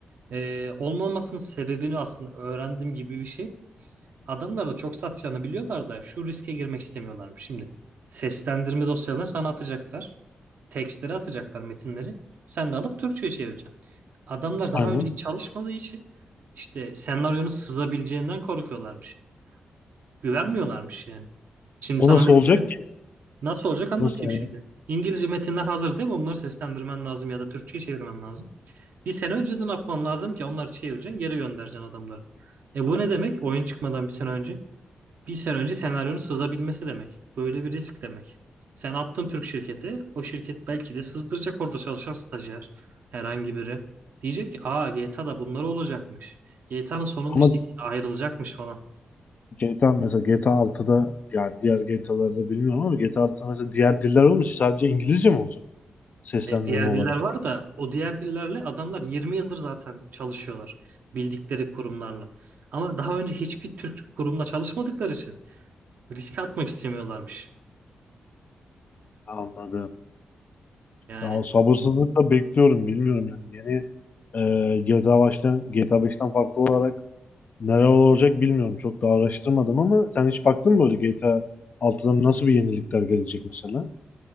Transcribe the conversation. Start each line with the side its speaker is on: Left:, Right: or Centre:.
Right: e, olmamasının sebebini aslında öğrendim gibi bir şey. Adamlar da çok satacağını biliyorlar da şu riske girmek istemiyorlarmış. Şimdi seslendirme dosyalarını sana atacaklar. Tekstleri atacaklar metinleri. Sen de alıp Türkçe'ye çevireceksin. Adamlar daha
Left: Aynen.
Right: önce hiç çalışmadığı için işte senaryonun sızabileceğinden korkuyorlarmış. Güvenmiyorlarmış yani. Şimdi
Left: O
Right: sana
Left: nasıl
Right: metinleri
Left: olacak ki?
Right: nasıl olacak anlatayım
Left: Nasıl yani?
Right: şimdi. İngilizce metinler hazır değil mi? Onları seslendirmen lazım ya da Türkçe'ye çevirmen lazım. Bir sene önceden atman lazım ki onları çevireceksin, geri göndereceksin adamları. E bu ne demek? Oyun çıkmadan bir sene önce. Bir sene önce senaryonun sızabilmesi demek. Böyle bir risk demek. Sen attın Türk şirketi, o şirket belki de sızdıracak orada çalışan stajyer, herhangi biri. Diyecek ki, aa G T A da bunlar olacakmış. GTA'nın sonunda
Left: Ama
Right: işte ikisi ayrılacakmış falan.
Left: GTA mesela GTA altıda ya diğer GTA'larda bilmiyorum ama GTA altıda mesela diğer diller olmayacak. Sadece İngilizce mi olacak? Seslendirme
Right: Hayır, diğer
Left: olarak.
Right: diller var da o diğer dillerle adamlar 20 yıldır zaten çalışıyorlar. Bildikleri kurumlarla. Ama daha önce hiçbir Türk kurumla çalışmadıkları için Risk atmak istemiyorlarmış.
Left: Anladım.
Right: Yani
Left: Ya sabırsızlıkla bekliyorum. Bilmiyorum yani yeni e, GTA 5'ten GTA 5'ten farklı olarak neler olacak bilmiyorum. Çok da araştırmadım ama sen hiç baktın mı böyle GTA 6'dan nasıl bir yenilikler gelecek mesela?